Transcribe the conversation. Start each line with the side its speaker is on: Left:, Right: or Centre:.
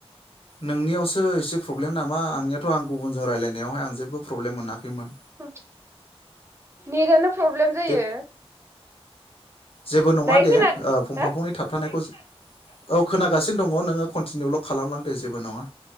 Left: नोंनियावसो एसे प्रब्लेम नामा आंनियाथ आं गुबुनजों रायलायनायावहाय आं जेबो प्रब्लेम मोनाखैमोन।
Right: ओम नेटानो। प्रब्लेम जायो।
Left: दे जेबो नङा
Right: दायो
Left: दे
Right: खोनादों
Left: ओ फंफा
Right: हो
Left: फंनै थाबथानायखौ जो औ खोनागासिनो दङ नोङो कन्टिनिउल खालामलांदे जेबो नङा।